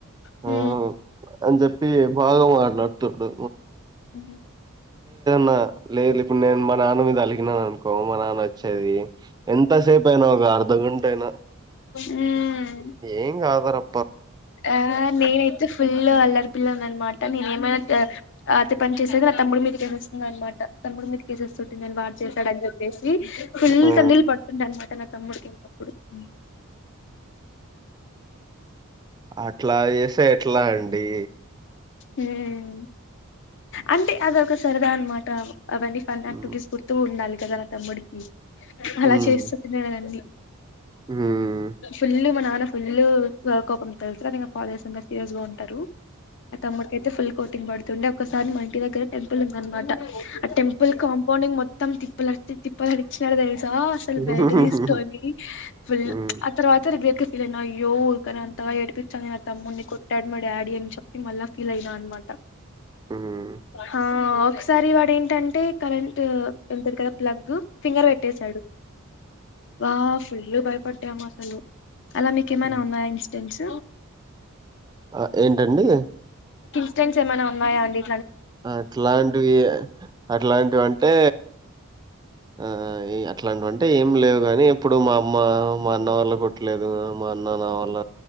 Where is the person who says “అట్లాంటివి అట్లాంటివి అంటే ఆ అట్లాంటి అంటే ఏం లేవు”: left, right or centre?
Right